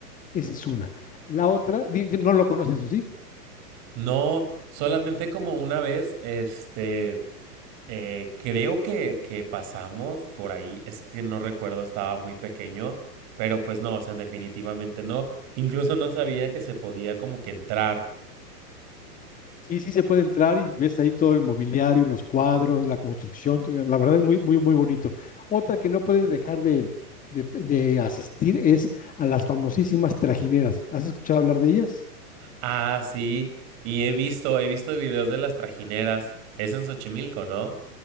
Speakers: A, on the left; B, on the right.
A: Esa es una. La otra, di- di- no lo conoces, eso sí.
B: No, solamente como una vez, este, eh, creo que, que pasamos por ahí, es que no recuerdo, estaba muy pequeño, pero pues no, o sea, definitivamente no. Incluso no sabía que se podía como que entrar.
A: Sí, sí se puede entrar y ves ahí todo el mobiliario, los cuadros, la construcción. todo, La verdad es muy, muy, muy bonito. Otra que no puedes dejar de, de de asistir es a las famosísimas trajineras. ¿Has escuchado hablar de ellas?
B: Ah, sí. Y he visto, he visto videos de las trajineras. Es en Xochimilco, ¿no?